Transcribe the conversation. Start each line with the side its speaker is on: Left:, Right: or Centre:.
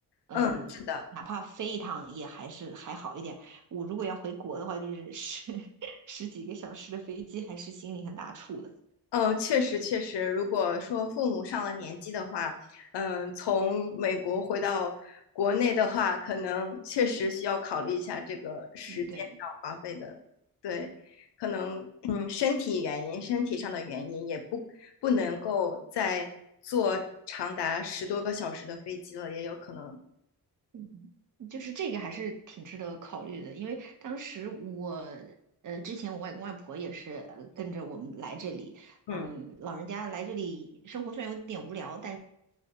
Right: 嗯，
Left: 嗯，是的。
Right: 哪怕飞一趟也还是还好一点。我如果要回国的话，就是十 <laughs> 十几个小时的飞机，还是心里很打怵的。
Left: 嗯，确实确实，如果说父母上了年纪的话，嗯，从美国回到国内的话，可能确实需要考虑一下这个时间上花费的，
Right: 嗯，对。
Left: 对，可能嗯，身体原因、身体上的原因也不不能够再坐长达十多个小时的飞机了，也有可能，
Right: 嗯，就是这个还是挺值得考虑的，因为当时我，呃，之前我外公外婆也是呃跟着我们来这里，
Left: 嗯
Right: 嗯，老人家来这里生活虽然有点无聊，但